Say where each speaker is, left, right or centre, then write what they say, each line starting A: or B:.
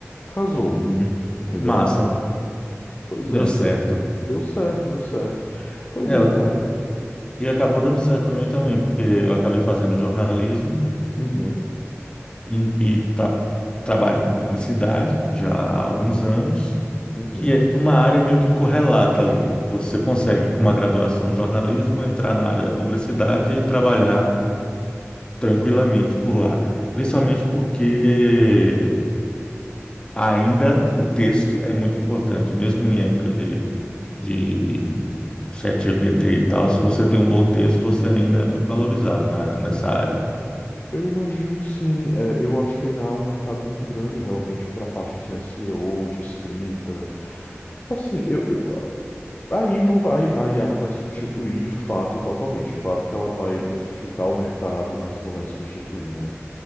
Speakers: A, on the left (about 35°); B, on the left (about 20°).
A: Casou,
B: uhum.
A: entendeu?
B: Massa,
A: Pois
B: deu
A: é,
B: certo.
A: deu certo, deu certo. Pois
B: É,
A: é,
B: eu-
A: cara.
B: e acabou dando certo para mim também, porque eu acabei fazendo jornalismo.
A: Uhum,
B: e, e tra- trabalho com publicidade já
A: uhum,
B: há alguns anos,
A: uhum,
B: que é uma área meio que correlata ali. Você consegue, com uma graduação em jornalismo, entrar na área da publicidade e trabalhar tranquilamente por lá. Principalmente
A: uhum.
B: porque ainda o texto é muito importante, mesmo em época de, de chat ChatGPT e tal, se você tem um bom texto, você ainda é muito valorizado na- nessa área.
A: Eu imagino que sim. É, eu acho que ainda há um mercado muito grande realmente para a parte de SEO, de escrita. Assim, eu, eu- Aí não vai, a IA não vai substituir de fato totalmente. É claro que ela vai modificar o mercado, mas não vai substituir, né?